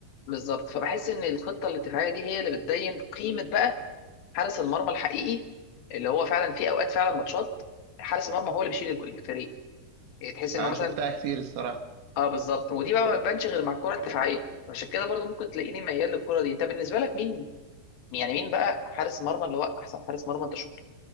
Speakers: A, on the left; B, on the right.
A: بالظبط فبحس ان الخطه الدفاعيه دي هي اللي بتبين قيمه بقى حارس المرمى الحقيقي اللي هو فعلا في اوقات فعلا ماتشات حارس المرمى هو اللي بيشيل الفريق يعني تحس انه
B: انا
A: مثلا
B: شفتها كتير الصراحه
A: اه بالظبط ودي بقى ما بتبانش غير مع الكره الدفاعيه عشان كده برضو ممكن تلاقيني ميال للكره دي انت بالنسبه لك مين يعني مين بقى حارس مرمى اللي هو احسن حارس مرمى انت شفته